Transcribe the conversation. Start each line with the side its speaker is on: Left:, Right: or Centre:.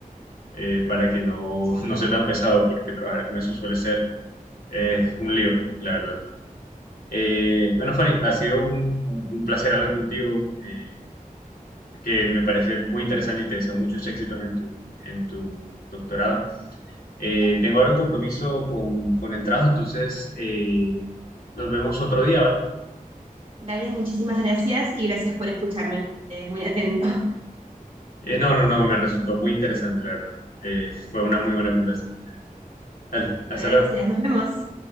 Left: eh, para que no, <laughs> no sea tan pesado, porque trabajar con eso suele ser eh, un lío, la verdad. Eh, bueno, Fanny, ha sido un, un, un placer hablar contigo, eh, que me parece muy interesante y te deseo muchos éxitos en tu, en tu doctorado. Eh, tengo ahora un compromiso con, con el trabajo, entonces eh, nos vemos otro día, ¿vale?
Right: Dale, muchísimas gracias y gracias por escucharme. Eh, muy atento. <laughs>
Left: Eh, no, no, no, me resultó muy interesante, la verdad. Eh, fue una muy buena conversación. Dale,
Right: Perfecto,
Left: hasta
Right: gracias.
Left: luego.
Right: Nos vemos.